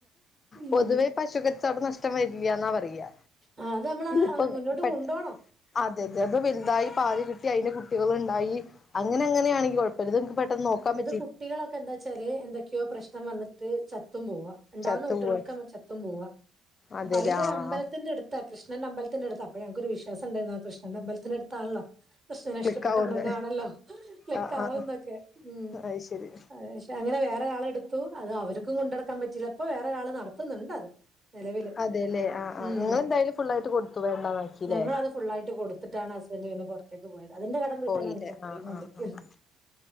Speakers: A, on the right; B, on the left.
A: ഉം
B: പൊതുവേ പശു കച്ചവടം നഷ്ടം വരില്ല ന്നാ പറയാ
A: ആ, അത് നമ്മള്
B: ഇപ്പൊ
A: മുന്നോട്ട്
B: പെട്ട്
A: കൊണ്ടോണം.
B: അതെ
A: ഉം
B: അതെ വലുതായി പാൽ കിട്ടി അയ്ന്റെ കുട്ടികൾണ്ടായി അങ്ങനെ അങ്ങനെയാണെങ്കി കുഴപ്പല്ല നിക്ക് പെട്ടെന്ന് നോക്കാൻ പ
A: ത് കുട്ടികളൊക്കെ എന്താച്ചാല് എന്തൊക്കെയോ പ്രശ്നം വന്നട്ട് ചത്തും പോവാ ണ്ടാവുന്ന
B: ചത്തു
A: കുട്ട്യേളൊക്കെ
B: പോവാ
A: മ് ചത്തും പോവാ
B: അതെല്ലേ
A: പറയുമ്പോ
B: ആഹ്
A: ഒരു അമ്പലത്തിന്റെട് ത്താ കൃഷ്ണന്റെ അമ്പലത്തിന്റെടുത്ത അപ്പ ഞങക് ഒരു വിശ്വാസണ്ടായിരുന്നു അഹ് കൃഷ്ണന്റെ അമ്പലത്തിനടുത്താണല്ലൊ കൃഷ്ണന്
B: ക്ലിക്കാവുന്ന്
A: ഇഷ്ടപ്പെട്ട മൃഗാണല്ലോ ക്ലിക്കാവുന്നൊക്കെ
B: ആഹ് ആഹ്
A: ഉം
B: അത് ശരി
A: അഹ്ക്ഷെ അങ്ങനെ വേറെരാളടുത്തു അത് അവർക്കും കൊണ്ടടക്കാൻ പറ്റില്ല ഇപ്പൊ വേറെ ഒരാള് നടത്തുന്നുണ്ട് അത് നിലവില്
B: അതെല്ലെ ആഹ് ആഹ്
A: ഉം
B: നിങ്ങെളെന്തായാലു ഫുള്ളായിട്ട് കൊടുത്തു വേണ്ടന്നാക്കിലേ
A: ഞങ്ങളത് ഫുള്ളായിട്ട് കൊടുത്ത്ട്ടാണ് ഹസ്ബന്റ് പിന്നെ പൊർത്തേക്ക് പോയത് അതിന്റെ കടം വീട്ടാനാണ്
B: പോയില്ലേ
A: ഇപ്പം
B: ആഹ്
A: പോയിക്കൊണ്ടിരിക്കുന്നത്
B: ആഹ് ആഹ്